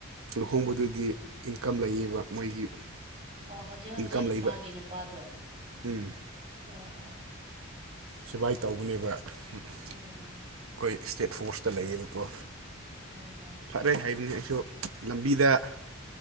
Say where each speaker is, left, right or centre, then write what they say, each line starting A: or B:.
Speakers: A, on the right; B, on the right.
A: ꯂꯨꯍꯣꯡꯕꯗꯨꯗꯤ ꯏꯟꯀꯝ ꯂꯩꯌꯦꯕ ꯃꯣꯏꯒꯤ
B: ꯑꯣ ꯍꯧꯖꯤꯛ ꯍꯧꯖꯤꯛ
A: ꯏꯟꯀꯝ ꯂꯩꯕ
B: ꯃꯥꯒꯤ ꯅꯨꯄꯥꯗꯣ
A: ꯎꯝ
B: ꯑꯣ ꯑꯣ
A: ꯁꯨꯃꯥꯏ ꯇꯧꯕꯅꯦꯕ ꯑꯩꯈꯣꯏ
B: ꯎꯝ
A: ꯏꯁꯇꯦꯠ ꯐꯣꯔꯁꯇ ꯂꯩꯌꯦꯕꯀꯣ
B: ꯍꯣꯏ ꯍꯣꯏ ꯍꯣꯏ
A: ꯐꯔꯦ ꯍꯥꯏꯕꯅꯤ ꯑꯩꯁꯨ ꯂꯝꯕꯤꯗ